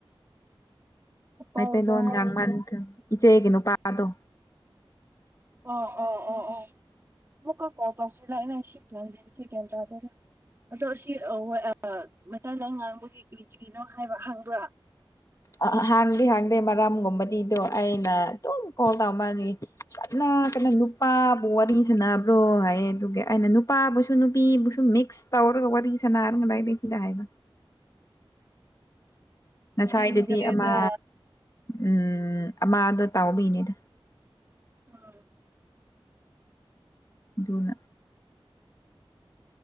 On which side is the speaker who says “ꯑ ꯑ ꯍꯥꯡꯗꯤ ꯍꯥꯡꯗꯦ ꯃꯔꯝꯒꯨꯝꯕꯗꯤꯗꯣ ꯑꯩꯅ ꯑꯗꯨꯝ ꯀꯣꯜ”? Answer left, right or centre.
Left